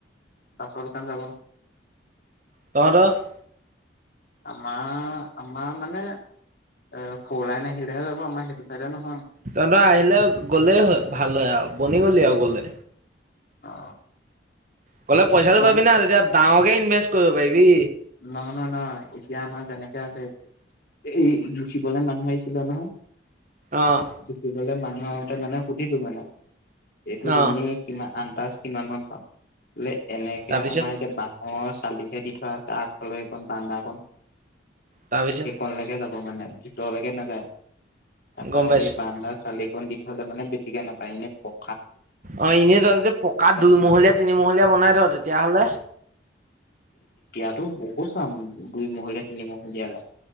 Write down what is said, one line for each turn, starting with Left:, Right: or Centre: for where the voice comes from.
Left: মাছৰ দোকান যাব
Right: তহত
Left: আমাৰ আমাৰ মানে অ খৌলাই ন সিলহে যাব আমাৰ সেইটো চাইডে নহয় ।
Right: তহঁতৰ আহিলে গ'লেই হয় ভাল হয় আও, বনি গলি আও গলে ।
Left: অ।
Right: কলে পইচাটো
Left: মানে
Right: পাবি না তেতিয়া ডাঙকে ইনভেষ্ট কৰিব পাৰিবি।
Left: নহ নহ নহয় এতিয়া আমাৰ যেনেকে আছে এই জুখিবলে মানুহ আহিছিলে নহয় ।
Right: অ',
Left: জুখিবলে মানুহ অ ত মানে সুধিলো মানে এইটো
Right: অ'।
Left: এনে কিমান- তাচ কিমান মান পাম, মানে এনেকে
Right: তাৰপিছত
Left: আমাৰ এতিয়া অ চালিহে দি থোৱা তাৰ আগফালে এইখন বাৰান্দাখন।
Right: তাৰপিছত
Left: সেইকন লাগে যাব মানে ভিতৰলৈকে নাযায়। তাৰপৰা
Right: গম পাইছো
Left: সেই বাৰান্দা চালি খন দি থলে মানে বেছিকে নাপ পায়নে প
Right: অ এনেই ত যদি পকাত দুইমহলীয়া
Left: মানে
Right: তিনিমহলীয়া বনাই থ তেতিয়াহলে
Left: তো বহুত চাম দুই মহলীয়া তিনি মহলীয়ালে।